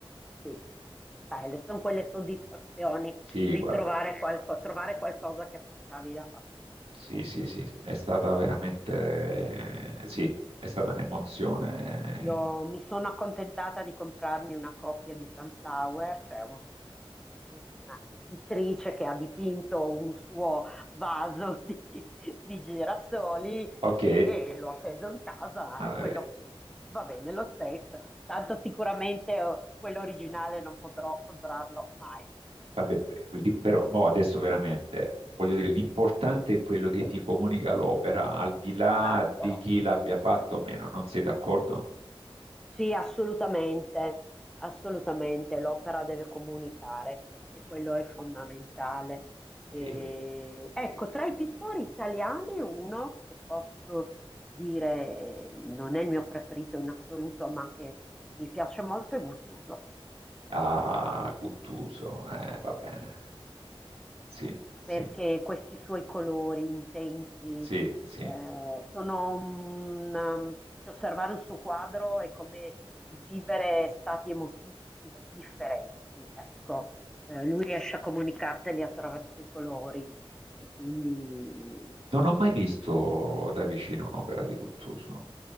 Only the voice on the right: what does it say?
Sì,
guarda,
sì, sì, sì, è stata veramente, sì, è stata un'emozione.
Ok,
ma-
eh,
Vabbè, pe- lì però mo adesso veramente voglio dire, l'importante è quello che ti comunica l'opera, al di là
di
chi l'abbia fatto o meno, non sei d'accordo?
E-
e-
Ah, Guttuso, eh, va bene. Sì, sì,
sì, sì.
Non ho mai visto da vicino un'opera di Guttuso.